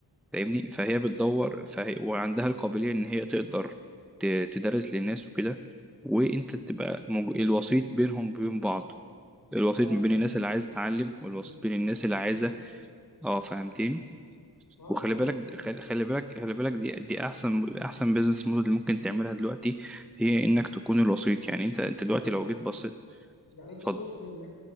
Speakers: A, in the centre; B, on the left.
A: فاهمني فهي بتدور
B: اه
A: فهي وعندها القابلية ان هي تقدر ت- تدرس للناس وكده وانت تبقى موج- الوسيط بينهم وبين بعض الوسيط
B: اه إن
A: ما
B: إحنا-
A: بين الناس اللي عايز تتعلم والوسيط
B: مم.
A: بين الناس
B: اه
A: اللي
B: فهمتك
A: عايزه اه فهمتني
B: اه
A: وخلي
B: فهمت
A: بالك
B: وصل
A: خلي خلي بالك خلي بالك دي دي احسن احسن بيزنس موديل اللي ممكن تعملها دلوقتي هي انك تكون الوسيط يعني انت انت دلوقتي
B: انا
A: لو جيت بصيت
B: أنا- يعني انت
A: اتفضل
B: تقصد ان